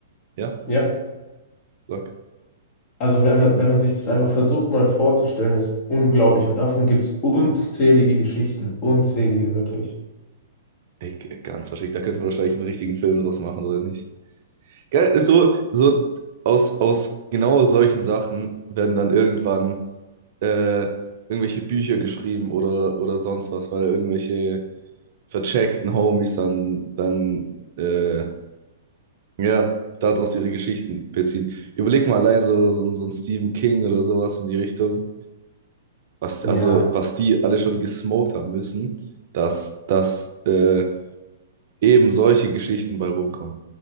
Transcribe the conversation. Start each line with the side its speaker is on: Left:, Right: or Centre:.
Right: ja,
Left: ja,
Right: sag.
Left: also wenn man, wenn man sich das einfach versucht mal vorzustellen, ist unglaublich. Und davon gibt es unzählige Geschichten, unzählige, wirklich.
Right: Ey, ganz wahrscheinlich, da könnte man wahrscheinlich einen richtigen Film draus machen, oder nicht? Geil, ist so, so aus, aus genau solchen Sachen werden dann irgendwann äh, irgendwelche Bücher geschrieben oder, oder sonst was, weil irgendwelche vercheckten Homies dann, dann äh, ja, daraus ihre Geschichten beziehen. Überleg mal allein so, so, ein- so ein Stephen King oder sowas in die Richtung, was,
Left: Ja.
Right: also, was die alle schon gesmoked haben müssen, dass, dass äh, eben solche Geschichten bei rumkommen.